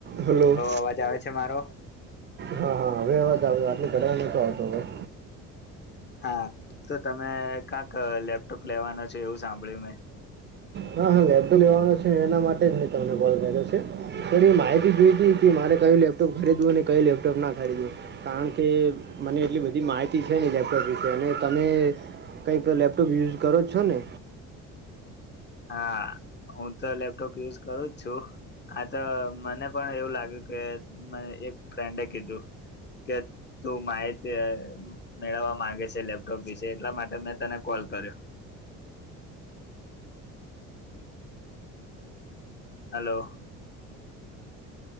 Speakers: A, on the right; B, on the left.
A: હલો,
B: અવાજ આવે છે મારો
A: હા, હા, હવે અવાજ આવે? વાતની કરવા ના આવતો, હવે.
B: હા, તો તમે ક્યાંક લેપટોપ લેવાનો છે, એવું સાંભળ્યું મેં.
A: હા, હા, લેબ તો લેવાનો છે, એના માટે જ મેં તમને કોલ કર્યો છે. સર એ માહિતી જોઈ હતી કે, મારે કયું લેપટોપ ખરીદવું? ને કયું લેપટોપ ના ખરીદવું. કારણ કે મને એટલી બધી માહિતી છે ને, લેપટોપ વિશે અને તમે- - કંઈક લેપટોપ યુઝ કરો છો ને?
B: હા, હું તો લેપટોપ યુઝ કરું જ છું. આ તો મને પણ એવું લાગ્યું કે, એક ફ્રેન્ડે કીધું કે- - તું માહિતી મેળવવા માંગે છે, લેપટોપ વિશે એટલા માટે મેં તને કોલ કર્યો. હલો.